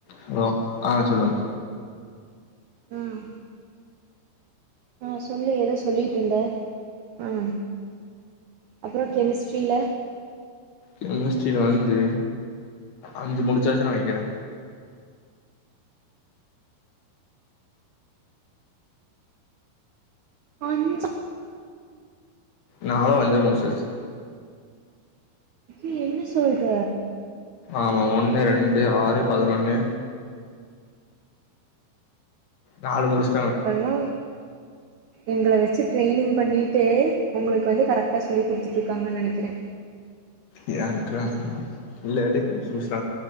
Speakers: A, on the left; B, on the right.
A: hello ஆ சொல்லுங்
B: ம் ஆ சொல்லு ஏதோ சொல்லிட்டு இருந்தே ஆ அப்றோ கெமிஸ்ட்ரியில
A: கெமிஸ்ட்டியில வந்து அஞ்சு முடிச்சாச்சு நெனைக்கிறே
B: கெஞ்சோ
A: நாளோ அஞ்சோ முடிஞ்சாச்சு
B: ஏ என்ன சொல்ற
A: ஆமா ஒண்ணு ரெண்டு ஆறு பதினொன்னு நாலு முடிச்
B: இதுக்கல்லா எங்களை வச்சு ட்ரெய்னிங் பண்ணிட்டு உங்களுக்கு வந்து கரெக்டா சொல்லி கொடுத்துட்டு இருக்காங்கன்னு நினைக்கிறே
A: ஏ அக்கா இல்லாடி ப்ரிஸ்